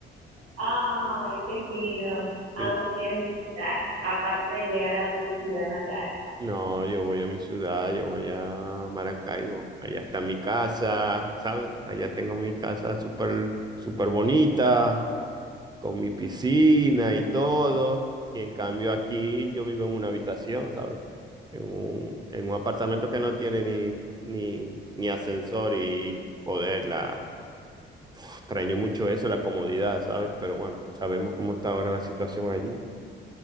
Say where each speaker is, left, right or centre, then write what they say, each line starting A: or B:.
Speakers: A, on the right; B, on the right.
A: Ay, qué fino. ¿A
B: Sí.
A: dónde quieres visitar? Aparte de llegar a tu ciudad natal.
B: No, yo voy a mi ciudad, yo voy a Maracaibo. Allá está mi casa, ¿sabes? Allá tengo mi casa súper, súper bonita. con mi piscina y todo. Y en cambio aquí yo vivo en una habitación, ¿sabes? En un, en un apartamento que no tiene ni, ni, ni ascensor y joder, la, extraño mucho eso, la comodidad, ¿sabes? Pero bueno, sabemos cómo está ahora la situación allí.